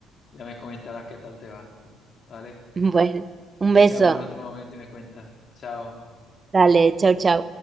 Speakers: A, on the left; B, on the right.
A: ya me comentarás qué tal te va. ¿Vale?
B: Bueno, un
A: Ya
B: beso,
A: quedamos en otro momento y me cuentas. Chao.
B: dale, chau, chau.